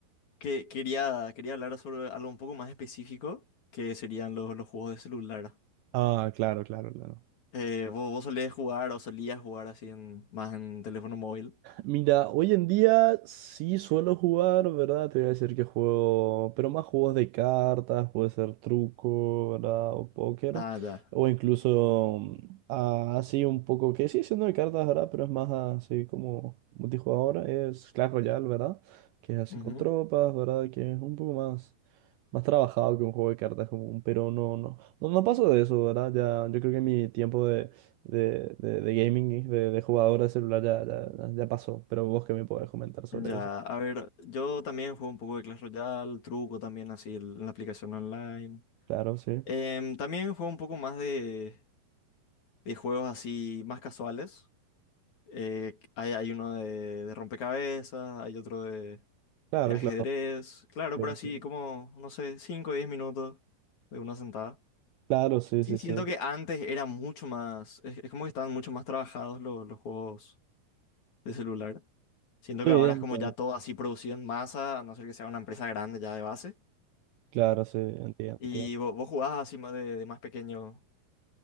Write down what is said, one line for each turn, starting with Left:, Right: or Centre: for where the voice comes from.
Left: que quería, quería hablar sobre algo un poco más específico, que serían los, los juegos de celular.
Right: Ah, claro, claro, claro.
Left: Eh, ¿vos, vos solías jugar o solías jugar así en, más en teléfono móvil?
Right: Mira, hoy en día sí suelo jugar, ¿verdad? Te voy a decir que juego, pero más juegos de cartas, puede ser truco, ¿verdad? O póker,
Left: Ah, ya.
Right: o incluso mm, ah, así un poco, que sigue siendo de cartas, ¿verdad? Pero es más así como multijugador, es Clash Royale, ¿verdad? Que es así
Left: Ujú.
Right: con tropas, ¿verdad? Que es un poco más. más trabajado que un juego de cartas común, pero no, no, no, no paso de eso, ¿verdad? Ya, yo creo que mi tiempo de, de, de, de gaming, y de, de jugador de celular ya, ya, ya pasó, pero vos que me podés comentar sobre
Left: Ya,
Right: eso.
Left: a ver, yo también juego un poco de Clash Royale, truco también así el- en la aplicación online.
Right: Claro, sí.
Left: Em, también juego un poco más de, de juegos así más casuales. Eh, hay, hay uno de, de rompecabezas, hay otro de,
Right: Claro,
Left: de ajedrez.
Right: claro.
Left: Claro,
Right: Sí,
Left: pero así
Right: sí.
Left: como, no sé, 5 o 10 minutos de una sentada.
Right: Claro, sí,
Left: Sí,
Right: sí,
Left: siento
Right: sí.
Left: que antes era mucho más, es, es como que estaban mucho más trabajados los, los juegos de celular. Siento
Right: Sí,
Left: que ahora
Right: entiendo.
Left: es como ya todo así producido en masa, a no ser que sea una empresa grande ya de base.
Right: Claro, sí, entiendo,
Left: Y
Right: entiendo.
Left: vos, vos jugabas así más de, de más pequeño